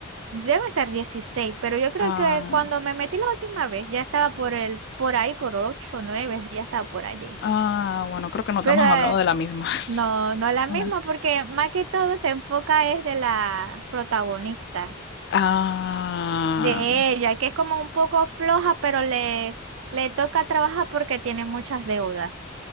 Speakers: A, on the right; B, on the left.
A: Debe ser 16 pero yo creo
B: Ah,
A: que cuando me metí la última vez ya estaba por el, por ahí, por 8 o 9, ya estaba por allí.
B: ah, bueno, creo que no
A: Pero
B: te hemos
A: eh,
B: hablado de la misma.
A: no, no es la
B: <laughs>
A: misma porque más que todo se enfoca es de la protagonista,
B: Ah,
A: de ella, que es como un poco floja, pero le, le toca trabajar porque tiene muchas deudas.